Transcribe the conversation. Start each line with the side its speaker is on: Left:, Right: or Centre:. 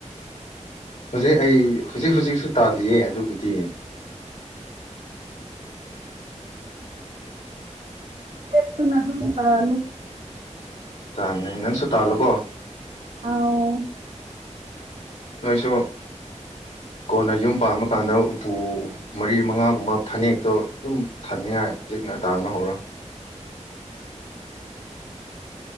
Left: ꯍꯧꯖꯤꯛ ꯑꯩ ꯍꯧꯖꯤꯛ ꯍꯖꯤꯛꯁꯨ ꯇꯥꯜꯂꯤꯌꯦ ꯑꯗꯨꯕꯨꯗꯤ
Right: ꯞꯦꯛꯇꯅ ꯑꯗꯨꯝ ꯇꯥꯂꯨ
Left: ꯇꯥꯅꯤ ꯅꯪꯁꯨ ꯇꯥꯜꯂꯣꯀꯣ
Right: ꯑꯥꯎ
Left: ꯅꯣꯏꯁꯨ ꯀꯣꯟꯅ ꯌꯨꯝ ꯄꯥ ꯀꯥꯟꯗ ꯎꯄꯨ ꯃꯔꯤ ꯃꯉꯥꯒꯨꯝꯕ ꯐꯅꯦꯛꯇꯣ ꯑꯗꯨꯝ ꯊꯅꯤꯡꯉꯥꯏ ꯍꯧꯖꯤꯛ ꯇꯥꯟꯕ ꯍꯧꯔꯣ